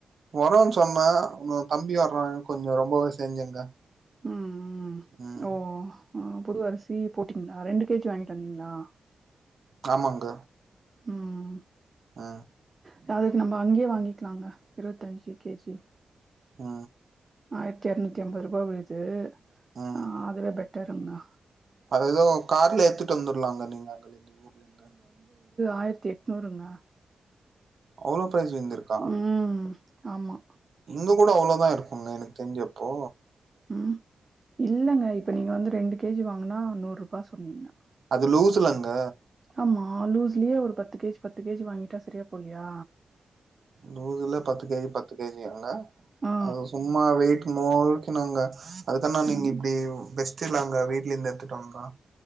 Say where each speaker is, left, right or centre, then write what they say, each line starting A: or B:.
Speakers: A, on the right (about 60°); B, on the right (about 35°).
A: வருன்னு சொன்னா உன்ன தம்பி வர கொஞ்ச ரொம்பவே செஞ்சுங்க
B: ம்
A: <unintelligible> ம்
B: ஓ ம் புது அரிசி போட்டீங்களா ரெண்டு கேஜி வாங்கிட்டு வந்தீங்களா
A: ஆமாங்க
B: ம்
A: அ
B: டிராவல்க்கு நம்ம அங்யே வாங்கிக்கிலாங்க இருபத்தஞ்சு கே ஜி
A: ஆ
B: ஆயிரத்தி எரநூத்தி ஐம்பது ரூபா விழுது
A: ம்
B: ஆ அதுல பெட் கேக்குன்னா
A: அது ஏதோ கார்ல ஏத்துட் வந்துருலாங்க நீங்க அதுலருந்து ஊர்ல இருந்து
B: ஆயிரத்தி எட்நூறுங்க
A: அவ்ளோ பிரைஸ் விழுந்திருக்கா
B: ம். ஆமா
A: இங்க கூட அவ்ளோதா இருக்குங்க எனக்கு தெஞ்சு அப்போ
B: ம் இல்லங்க இப்ப நீங்க வந்து ரெண்டு கே ஜி வாங்னா நூறு ரூபா சொன்னீங்க
A: அது லூசுலங்க
B: ஆமா லூஸ்லே ஒரு பத்து கே ஜி பத்து கே ஜி வாங்கிட்டா செரியா போல்யா
A: லூஸ்ல பத்து கே ஜி பத்து கே ஜியாங்க
B: ஆ.
A: அது சும்மா வெயிட் மோல் சின்னவுங்கா அதுக்கானா நீங்க
B: ம்.
A: இப்டி உ பெஸ் தில்லாங்க வீட்லேந்து எத்துட்டோம் கா